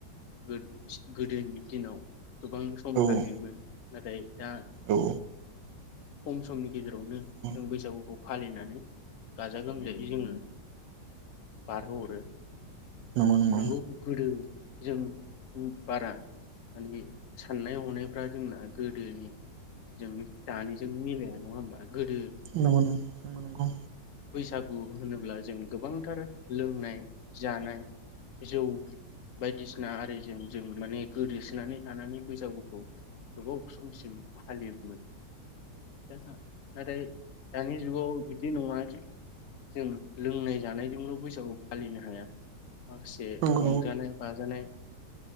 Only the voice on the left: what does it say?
<unintelligible> गोदोनि दिनाव गोबां सम
फालियोमोन। नाथाय दा
खम समनि गेजेरावनो
बैसागुखौ फालिनानै गाजा गोमजायै जोङो बारहोहरो।
नोंगौ गोदो जों उम बारा माने बे साननाय हनायफ्रा जोंना गोदोनि जों दानिजों मिलाया नङा होमबा गोदो
बैसागु होनोब्ला जों गोबां थार लोंनाय जानाय जौ बाय दिसिना आरिजों जों माने गोदोसोनानै थानानै बैसागुखौ गोबाव समसिम फालियोमोन। जोंहा नाथाय दानि जुगाव बिदि नङा दि जों लोंनाय जानायजोंल बैसागु फालिनो हाया माखासे
रंजानाय
बाजानाय